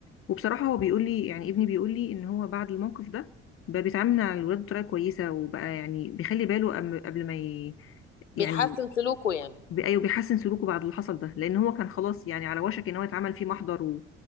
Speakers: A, on the left (about 40°); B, on the left (about 85°).
A: وبصراحه هو بيقول لي يعني ابني بيقول لي ان هو بعد الموقف ده بقى بيتعامل مع الولاد بطريقه كويسه وبقى يعني بيخلي باله أم- قبل ما ي...
B: بيحسن
A: يعني
B: سلوكه يعني
A: ب- ايوه بيحسن سلوكه بعد اللي حصل ده لان هو كان خلاص يعني على وشك ان هو يتعمل فيه محضر و...